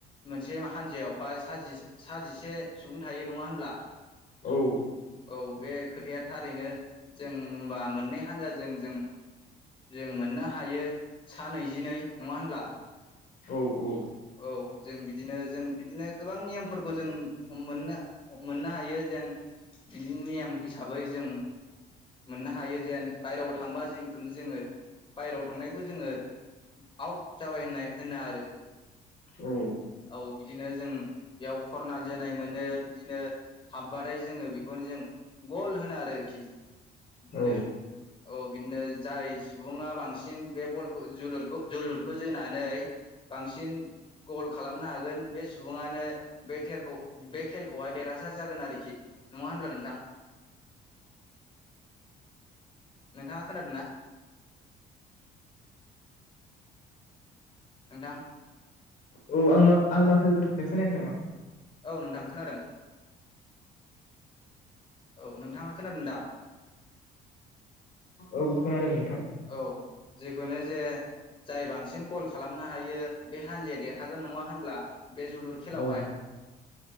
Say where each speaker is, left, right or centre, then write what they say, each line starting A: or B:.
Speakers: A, on the left; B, on the left.
A: मोनसे हानजायावहाय सा जिसे सा जिसे सुबुं थायो नंङा होनब्ला?
B: औ
A: औ बे खोथाया थारैनो जों होनबा मोननै हानजा जों-जों-जों मोननो हा हायो सा नैजिनै नंङा होनब्ला?
B: औ औ
A: औ जों बिदिनो जों बिदिनो गोबां नियमफोरखौ जों हममोननो मोननो हायो जेन बिदि नियम हिसाबै जों मोननो हायो जेन बायहेरायाव थांबा जेखौनो जोंङो बायेराव थांनायखौ जोंङो आउट जाबाय होननाय होनो आरो ।
B: औ
A: औ बिदिनो जों बेयाव खरनाल जोनाय मोन नो बिदिनो हाबबाथाय जोंङो बेखौनो जों गल होनो आरोखि इदिनो।
B: औ
A: औ बिदिनो जाय सुंबुंङा बांसिन बे बलखौ जोलुरखौ-जोलुरखौ जोनानै बांसिन गल खालामनो हागोन बे सुबुंयानो‌ बे‌ थेरखौ बे‌खेलखौ देरहासार जागोन आरोखि नंङा होनब्ला नोंथां? नोंथाङा खोनादोंना? नोंथां
B: औ आं आं माथो होगासिनो खौनायाखै नामा?
A: औ नोंथां खोनादों। औ नोंथांङा खोनादों दा?
B: औ खोनादों नों
A: औ जेखौनो जे जाय बांसिन गल खालामनो हायो बे हानजाया देरहागोन नंङा होनब्ला? बे जोलुर
B: औ
A: खेलावहाय